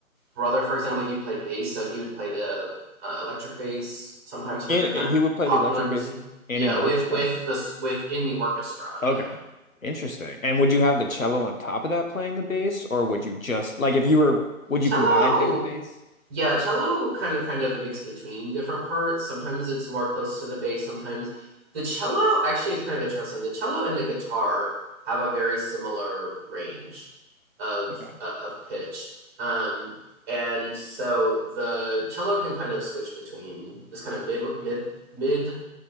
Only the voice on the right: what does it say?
brother, for example, he played bass, so he would play the uh, electric bass sometimes for
different
popular
music.
Yeah,
with with the s- within the orchestra. Yeah.
Cello,
yeah, cello kind of kind of mixed between different parts. Sometimes it's more close to the bass. Sometimes the cello actually it's kind of interesting. The cello and the guitar have a very similar range of
uh, of pitch, um, and so the cello can kind of switch between this kind of mid mid mid